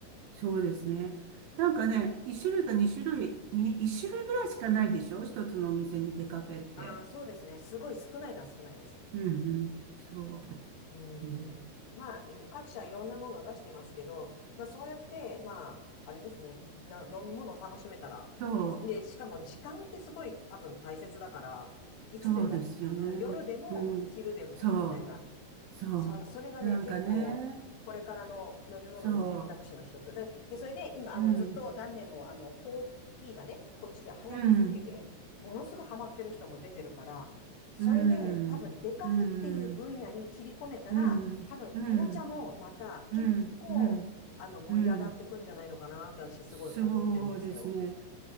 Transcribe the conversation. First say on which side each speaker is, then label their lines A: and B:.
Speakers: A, on the right; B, on the left.
A: そうですね。なんかね、一種類か二種類、に、一種類ぐらいしかないでしょ一つのお店にデカフェって。
B: ああ、そうですね。すごい少ないな、少ないです。
A: うん、うん、そう、
B: う
A: うん、
B: ん。まあ、各社いろんなものを出してますけど、まあそうやって、まあ、あれですね。な、飲み物を楽しめたら、
A: そう、
B: いつ、で、しかも時間ってすごい多分大切だから、いつでも、
A: そうですよね。
B: うん、夜でも昼でもみたいな
A: うん、そう、そう、
B: そう、それはね、
A: なんかね、
B: 結構、これからの飲み物の選択肢の一つで、
A: そう。
B: で、それで今、あの、
A: うん、
B: ずっと何年も、あの、コーヒーがね、こっちで流行り続けて、
A: うん、
B: ものすごいハマってる人も出てるから、それで多分デカフェっていう分野に切り込めたら、
A: うん、うん、うん、うん、
B: 多分紅茶もまた結構、
A: うん、うん、うん
B: あの、盛り上がってくんじゃないのかなって私すごい思ってんですよ。
A: そうですね。